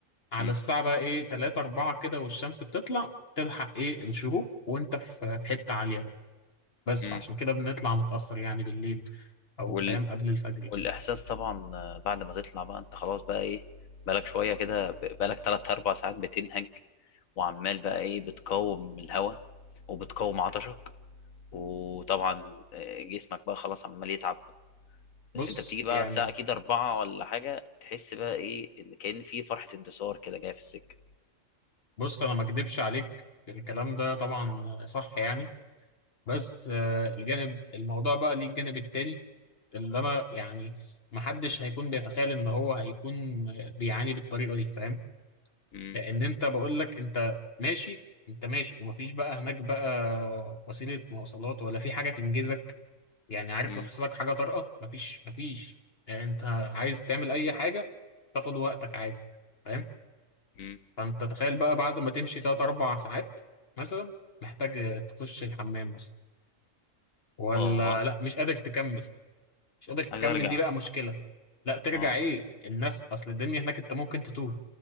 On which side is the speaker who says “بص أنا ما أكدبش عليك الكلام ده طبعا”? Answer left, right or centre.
Left